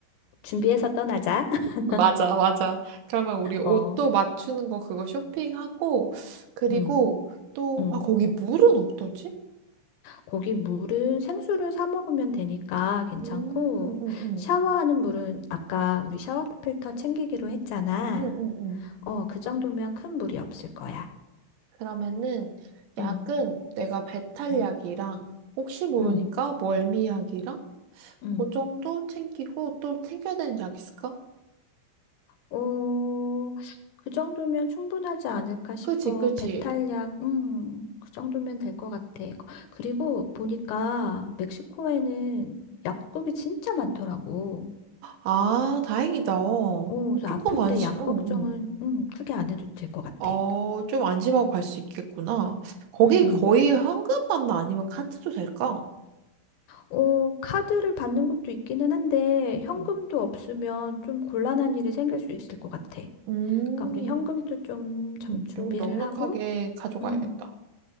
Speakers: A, on the left (about 70°); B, on the right (about 75°).
A: 준비해서 떠나자. <laughs>
B: 맞아, 맞아. 그러면 우리 옷도
A: 어,
B: 맞추는 거 그거 쇼핑하고, 그리고
A: 음,
B: 또,
A: 음.
B: 아, 거기 물은 어떠지?
A: 거기 물은 생수를 사 먹으면 되니까 괜찮고,
B: 음, 음, 음,
A: 샤워하는 물은 아까 우리 샤워 필터 챙기기로 했잖아.
B: 음, 음, 음.
A: 어, 그 정도면 큰 물이 없을 거야.
B: 그러면은 약은
A: 음,
B: 내가 배탈약이랑
A: 음.
B: 혹시 모르니까
A: 음,
B: 멀미약이랑
A: 음.
B: 그 정도 챙기고 또 챙겨야 되는 약 있을까?
A: 어, 그 정도면 충분하지 않을까 싶어.
B: 그지, 그지.
A: 배탈약, 음, 그 정도면 될 것 같아. 그리고 보니까 멕시코에는 약국이 진짜 많더라고.
B: 아, 다행이다.
A: 어, 그래서
B: 조금
A: 아플
B: 안심,
A: 때 약
B: 응,
A: 걱정은,
B: 응.
A: 음, 크게 안 해도 될 것 같아.
B: 어, 좀 안심하고 갈 수 있겠구나. 거기
A: 응, 응,
B: 거의 현금만 아니면 카드도 될까?
A: 어, 카드를 받는 것도 있기는 한데,
B: 음.
A: 현금도 없으면 좀 곤란한 일이 생길 수 있을 것 같아.
B: 음,
A: 그러니까 우리 현금도 좀, 좀
B: 음.
A: 준비를
B: 좀 넉넉하게
A: 하고,
B: 가져가야겠다.
A: 음,